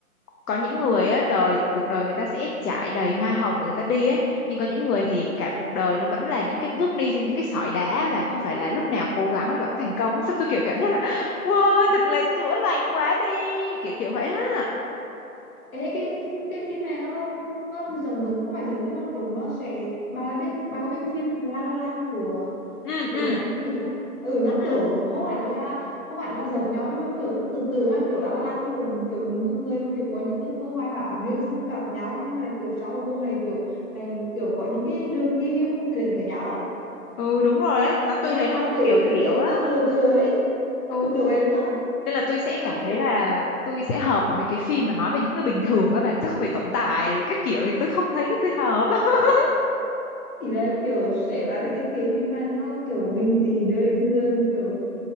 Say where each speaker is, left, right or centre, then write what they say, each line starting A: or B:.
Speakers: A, on the left; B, on the left.
A: có những người á đời cuộc đời người ta sẽ trải đầy hoa hồng để người ta đi ấy nhưng có những người thì cả cuộc đời nó vẫn là những cái bước đi trên những cái sỏi đá và không phải là lúc nào cố gắng là bạn cũng thành công á xong tôi kiểu cảm giác là wow thật là chữa lành quá đi kiểu kiểu vậy á
B: Ê, cái cái phim này nó nó giống giống không phải giống nhưng mà kiểu nó sẽ bà đã biết bà có biết cái phim La La Land của
A: ừ
B: của
A: ừ
B: anh nghĩ không ừ
A: ừ
B: nó kiểu
A: ừ
B: không hẳn là không hẳn là giống nhau nhưng mà kiểu nó từ từ ha kiểu La La Land thì kiểu kiểu những con người mà kiểu có những ước mơ hoài bão riêng xong gặp nhau nhưng mà là kiểu sau cùng này kiểu này, kiểu có những cái đường đi riêng mà không thể đến được với nhau ấy
A: Ừ, đúng rồi đấy nó
B: nghe
A: tôi thấy
B: bà
A: nó cũng
B: kể
A: kiểu
B: tôi
A: kiểu
B: thấy
A: á
B: từ từ từ ấy
A: ừ
B: nó kiểu kiểu vậy đúng không
A: nên là tôi sẽ
B: nhưng mà
A: cảm thấy
B: kiểu
A: là tôi sẽ hợp với mấy cái phim mà nói về những người bình thường á bà chứ không phải tổng tài rồi các kiểu thì tôi không thấy là tôi hợp <laughs>
B: Thì là kiểu sẽ bạn phải thích cái phim mà nó kiểu bình dị đời thường kiểu